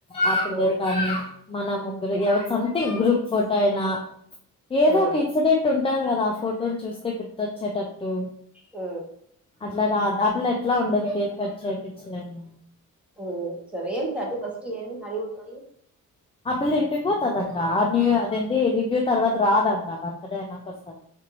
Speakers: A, on the left (about 15°); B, in the centre.
A: ఆ పిల్లేదు
B: ఉమ్
A: కానీ మన ముగ్గురు ఎవరు సంథింగ్ గ్రూప్ ఫోటో అయినా ఏదో
B: ఉమ్
A: ఒక ఇన్సిడెంట్ ఉంటాది కదా ఆ ఫోటోని చూస్తే గుర్తొచ్చేటట్టు
B: ఆ
A: అట్లా రాదా ఆ పిల్ల ఎట్లా ఉండదు కేక్ కట్ చేపిచ్చినట్టు
B: ఊమ్ సరే ఏం తట్టీ ఫస్ట్ ఏమ్ కలి ఉంటది
A: ఆ పిల్ల ఇంటికి పోతాదంటా ఆర్నీ అదేంది రివ్యూ తర్వాత రాదంట బర్త్డే అయినాక వస్తా